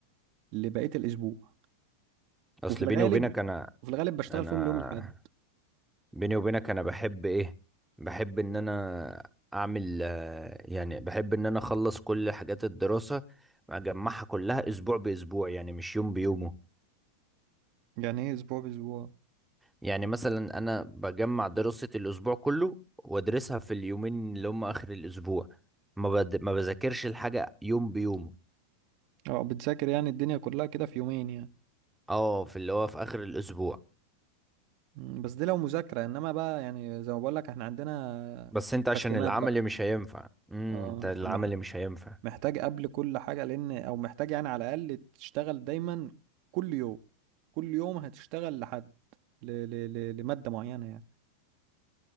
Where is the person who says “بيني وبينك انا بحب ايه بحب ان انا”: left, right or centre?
Centre